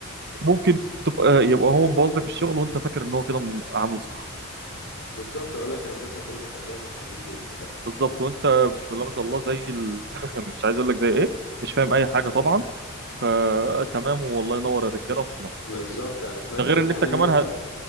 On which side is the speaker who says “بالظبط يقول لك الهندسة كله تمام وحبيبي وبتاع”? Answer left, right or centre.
Left